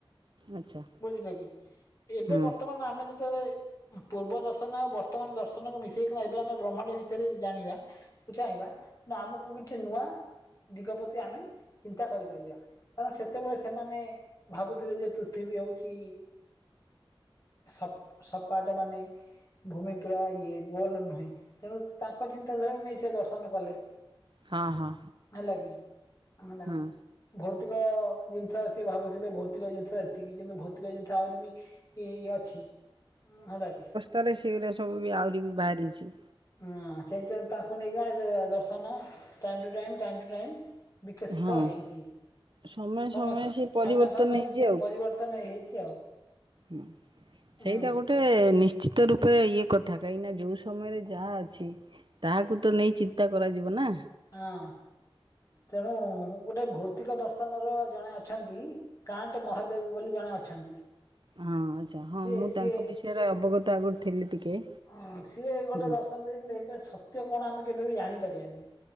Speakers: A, on the right; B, on the left.
A: ଆଚ୍ଛା
B: ବୁଝିଲେ କି ଏବେ
A: ହୁଁ
B: ବର୍ତ୍ତମାନ ଆମେ ଯେତେଏଳେ ପୂର୍ବ ଦର୍ଶନ ଆଉ ବର୍ତ୍ତମାନ ଦର୍ଶନକୁ ମିଶେଇ କଣ ଏବେ ଆମେ ବ୍ରହ୍ମାଣ୍ଡ ବିଷୟରେ ଜାଣିବା। ଚାହିଁବା ତେଣୁ ଆମକୁ କିଛି ନୂଆ ଦିଗ ପତି ଆମେ ଚିନ୍ତା କରିପାରିବା। ହଁ ସେତେବେଳେ ସେମାନେ ଭାବୁଥିଲେଯେ ପୃଥିବୀ ହଉଚି ସପ୍ ସବପାଟ ମାନେ ଭୂମି ପୁରା ଇଏ ଗୋଲ ନୁହେଁ ତେଣୁ ତାଙ୍କ ଚିନ୍ତାଧାରାରୁ ନେଇ ସେଦର୍ଶନ କଲେ।
A: ହଁ ହଁ।
B: ହେଲାକି <unintelligible>
A: ହୁଁ
B: ଭୌତିକ ଜିନିଷ ସିଏ ଭାବୁଥିଲେ ଭୌତିକ ଜିନିଷ ଏତିକି କିନ୍ତୁ ଭୌତିକ ଜିନିଷ ଆହୁରିବି କି ଏଇ ଅଛି ହେଲାକି
A: ତାରେ ସେଇରା ସବୁବି ଆହୁରିବି ବାହାରିଚି।
B: ହୁଁ ସେଇଥିରେ ତାକୁ ନେଇକିନା ଯ ଦର୍ଶନ time to time to time ବିକଶିତ
A: ହଁ
B: ହେଇଚି।
A: ସମୟ
B: ସମସ
A: ସମୟ ସେ
B: ସମୟ
A: ପରିବର୍ତ୍ତନ
B: ସମୟରେ
A: ହେଇଛି
B: ସେପରିବର୍ତ୍ତନ ହେଇଚି ଆଉ।
A: ହୁଁ ସେଇଟା
B: ହୁଁ
A: ଗୋଟେ ନିଶ୍ଚିତ ରୂପେ ଇଏ କଥା କାହିଁକିନା ଯୋଉ ସମୟରେ ଯାହା ଅଛି ତାହାକୁତ ନେଇ ଚିନ୍ତା କରାଯିବନା।
B: ହଁ ତେଣୁ ଗୋଟେ ଭୌତିକ ଦର୍ଶନର ଜଣେ ଅଛନ୍ତି କାଣ୍ଟ ମହାଦେବ ବୋଲି ଜଣେ ଅଛନ୍ତି।
A: ହଁ ଆଚ୍ଛା ହଁ
B: ସିଏ
A: ମୁଁ
B: ସିଏ
A: ତାଙ୍କ ବିଷୟରେ ଅବଗତ ଆଗରୁ ଥିଲି ଟିକେ।
B: ହଁ ସିଏ ଗୋଟେ
A: ହୁଁ।
B: ଦର୍ଶନ ଦେଇଥିଲେ ସତ୍ୟ କଣ ଆମେ କେବେବି ଜାଣିପାରିବାନି।